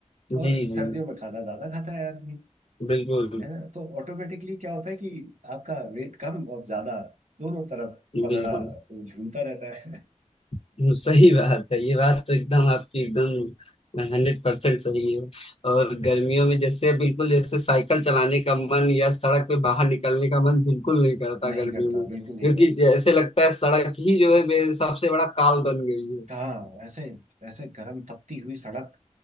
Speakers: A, on the left (about 50°); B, on the right (about 70°).
A: जी
B: और
A: जी
B: सर्दियों में खाना ज्यादा खाता है आदमी
A: बिल्कुल
B: है ना तो ऑटोमेटिकली क्या होता है कि आपका वेट कम और ज्यादा दोनों तरफ पलड़ा
A: बिल्कुल
B: वो झूलता रहता है
A: हम्म, सही बात है ये बात तो एकदम आपकी एकदम हंड्रेड परसेंट सही है और गर्मियों में जैसे बिल्कुल जैसे साइकिल चलाने का मन या सड़क पे बाहर निकलने का मन बिल्कुल नहीं करता
B: <laughs> नहीं
A: गर्मियों
B: करता
A: में
B: बिल्कुल
A: क्योंकि
B: नहीं करता
A: जैसे लगता है सड़क ही जो है मेरे सबसे बड़ा काल बन गई है
B: कहाँ ऐसे ऐसे गर्म तपती हुई सड़क